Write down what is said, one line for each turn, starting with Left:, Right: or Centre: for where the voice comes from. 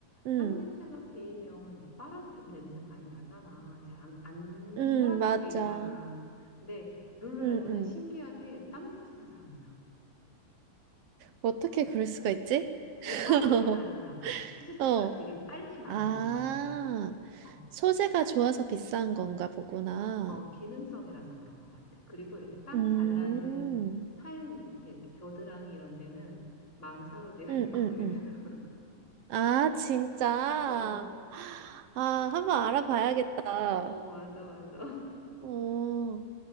Right: 응,
Left: 땀 냄새가 배이면 이렇게 빨아도 좀 냄새 많이 나잖아. 잘 안, 안
Right: 응,
Left: 사라질
Right: 맞아.
Left: 때 있잖아. 근데 룰루레몬은
Right: 응, 응.
Left: 신기하게 땀 냄새가 잘 안 나.
Right: 어떻게 그럴 수가 있지? <laughs>
Left: 이게 빨리 마르나 봐. 티셔츠가
Right: 어.
Left: 되게 빨리 마르는
Right: 아,
Left: 것 같아. 어,
Right: 소재가 좋아서 비싼 건가 보구나.
Left: 어, 기능성이라서 그런 것 같아. 그리고 이렇게 땀
Right: 음,
Left: 잘 나는 팔 밑에 이렇게 겨드랑이 이런 데는 망사로 되어
Right: 응,
Left: 있거든.
Right: 응, 응.
Left: <laughs>
Right: 아, 진짜?
Left: 어,
Right: <gasps> 아, 한번 알아봐야겠다.
Left: 어, 맞아, 맞아.
Right: 어.